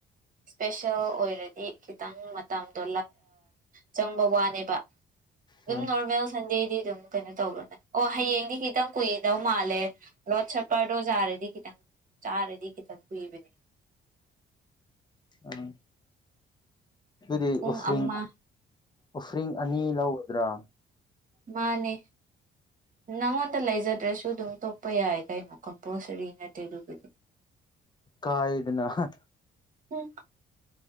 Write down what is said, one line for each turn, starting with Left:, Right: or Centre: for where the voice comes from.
Right: ꯏꯁꯄꯦꯁꯦꯜ ꯑꯣꯏꯔꯗꯤ ꯈꯤꯇꯪ ꯃꯇꯝꯗꯣ ꯆꯪꯕ ꯋꯥꯅꯦꯕ꯫ ꯑꯗꯨꯝ
Left: ꯎꯝ
Right: ꯅꯣꯔꯃꯦꯜ ꯁꯟꯗꯦꯗꯤ ꯑꯗꯨꯝ ꯀꯩꯅꯣ ꯇꯧꯕꯔꯅꯦ ꯑꯣ ꯍꯌꯦꯡꯗꯤ ꯈꯤꯇꯪ ꯀꯨꯏꯗꯧ ꯃꯥꯜꯂꯦ ꯂꯣꯠ ꯁꯄꯔꯗꯣꯖꯥꯔꯗꯤ ꯈꯤꯇꯪ ꯆꯥꯔꯗꯤ ꯈꯤꯇꯪ ꯀꯨꯏꯕꯅꯦ
Left: ꯑꯝ ꯑꯗꯨꯗꯤ
Right: ꯄꯨꯡ
Left: ꯎꯐ꯭ꯔꯤꯡ
Right: ꯑꯃ
Left: ꯎꯐ꯭ꯔꯤꯡ ꯑꯅꯤ ꯂꯧꯒꯗ꯭ꯔꯥ
Right: ꯃꯥꯟꯅꯦ ꯅꯪꯉꯣꯟꯗ ꯂꯩꯖꯗ꯭ꯔꯁꯨ ꯑꯗꯨꯝ ꯇꯣꯛꯄ ꯌꯥꯏ ꯀꯩꯅꯣ ꯀꯝꯄꯜꯁꯔꯤ ꯅꯠꯇꯦ ꯑꯗꯨꯕꯨꯗꯤ
Left: ꯀꯥꯏꯗꯅ ꯍ
Right: ꯍꯝ